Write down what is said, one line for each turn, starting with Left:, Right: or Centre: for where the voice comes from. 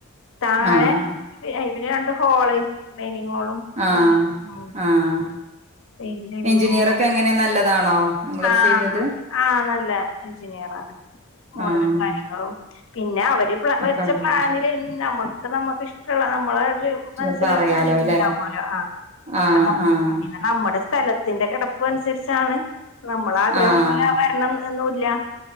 Left: താഴെ
Right: ആ
Left: അയ് പിന്നെ രണ്ട് ഹോള് ഡൈനിങ് ഹോളും
Right: ആഹ്
Left: പിന്നെ ഉം
Right: ആഹ്
Left: പിന്നെ ലിവിംഗ്
Right: എഞ്ചിനീയറൊക്കെങ്ങനെ
Left: റൂമും.
Right: നല്ലതാണോ നിങ്ങളത്
Left: ആഹ്
Right: ചെയ്തത്
Left: ആഹ് നല്ല എഞ്ചിനീയറാണ് മോഡലും
Right: ആഹ്
Left: കാര്യങ്ങളും പിന്നെ അവര് പ്ലാ വര്ച്ച
Right: ഒക്കെ ഉണ്ട്ല്ലേ
Left: പ്ലാനില് നമ്മ പ്പമ്മക്കിഷ്ടള്ള നമ്മളെ രു മനസ്സിലൊരു
Right: അത് പറയാലോ
Left: പ്ലാനിങ്
Right: ല്ലേ
Left: ണ്ടാവോലോ ആഹ്
Right: ആഹ്
Left: അത
Right: ആഹ്
Left: അ പിന്നെ നമ്മുടെ സ്ഥല തിന്റെ കെടപ്പു അൻസര്ച്ചാണ് നമ്മളാഗ്രഹം
Right: ആഹ്
Left: പോലെ വര്ണം എന്നുല്ല